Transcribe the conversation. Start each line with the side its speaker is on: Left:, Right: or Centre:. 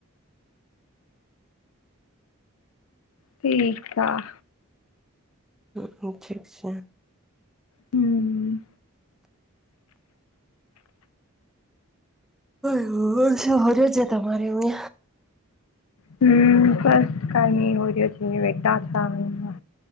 Left: ઠીક બા
Centre: હ અચ્છા છે.
Left: હમ.
Centre: હ શું હોર્યો છે, તમારે અવે
Left: હમ <unintelligible> છે ને <unintelligible>